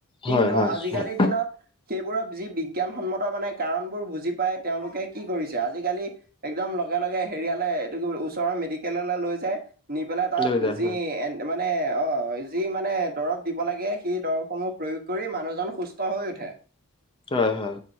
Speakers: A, on the right; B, on the left.
A: কিন্তু
B: হয় হয়
A: আজিকালিৰ
B: হয়
A: দিনত সেইবোৰৰ যি বিজ্ঞানসন্মত মানে কাৰণবোৰ বুজি পাই তেওঁলোকে কি কৰিছে আজিকালি একদম লগে লগে হেৰিয়ালে এইটো ওচৰৰ মেডিকেললৈ লৈ যায়। নি পেলাই তাত
B: লৈ যায়
A: যি
B: হয়
A: এন মানে অ যি মানে দৰৱ দিব লাগে সেই দৰৱসমূহ প্ৰয়োগ কৰি মানুহজন সু ষ্ট হৈ উঠে।
B: হয় হয়।